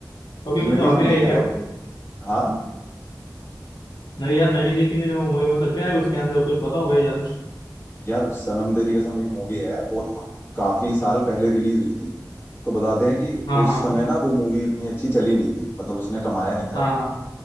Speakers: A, on the left; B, on the left.
A: कभी
B: तुमने
A: मतलब
B: नहीं
A: आगे
B: सुनी
A: आई
B: है
A: क्या वो
B: हाँ
A: नहीं यार नहीं देखी मैंने वो मूवी मतलब क्या है उसके अंदर कुछ बताओ भाई यार
B: यार सनम तेरी कसम एक मूवी है वो ना काफी साल पहले रिलीज हुई थी तो बताते हैं कि
A: हाँ
B: उस
A: हाँ
B: समय
A: हाँ
B: ना वो मूवी उतनी अच्छी चली नहीं थी मतलब उसने कमाया नहीं था
A: हाँ
B: इतना
A: हाँ